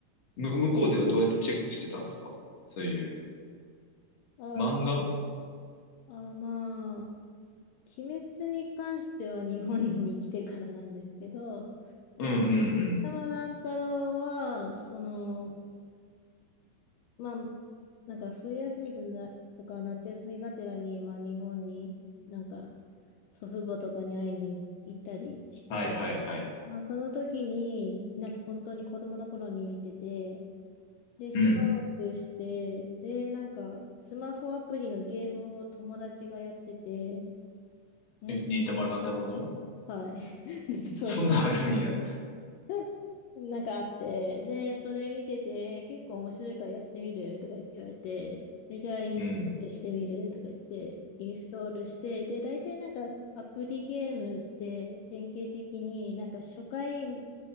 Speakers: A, on the left (about 55°); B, on the left (about 80°).
A: む、向こうではどうやってチェックしてたんですかそういう。
B: あ、
A: 漫画
B: そあ、まあ、鬼滅に関しては日本に来てからなんですけど、
A: うんうんうんうん。
B: 山乱太郎は、その、まあ、なんか冬休みとな、とか夏休みがてらに今日本になんか祖父母とかに会いに行ったりして、
A: はいはいはい。
B: まあその時になんか本当に子供の頃に見てて、でしばらくして、
A: うん。
B: でなんかスマホアプリのゲームを友達がやってて、面白そうだな。
A: え、忍たま乱太郎の
B: はい <laughs>。当時
A: そんなアあるんや。
B: <laughs> なんかあって、で、それ見てて、結構面白いからやってみるとか言われて、え、じゃあインストールしてみるとか言って、
A: うん。
B: インストールして、で、大体なんかアプリゲームって典型的になんか初回